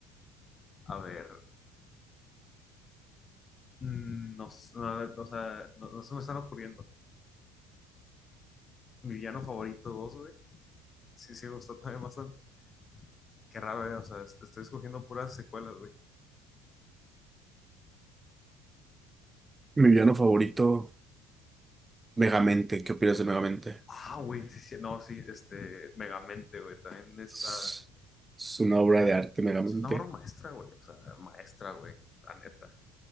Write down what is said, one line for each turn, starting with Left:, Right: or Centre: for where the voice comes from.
Left: A ver, mm, no, s- no, o sea, no, no se me están ocurriendo. Mi villano favorito dos güey. Sí, sí, me gustó también bastante. Qué raro, güey. O sea, est- estoy escogiendo puras secuelas, güey.
Right: Mi villano favorito, Megamente. ¿Qué opinas de Megamente?
Left: Ah, güey, sí, sí, no, sí, este, Megamente, güey. También está...
Right: Es es una obra de arte, Megamente.
Left: Es una obra maestra, güey. O sea, maestra, güey. La neta.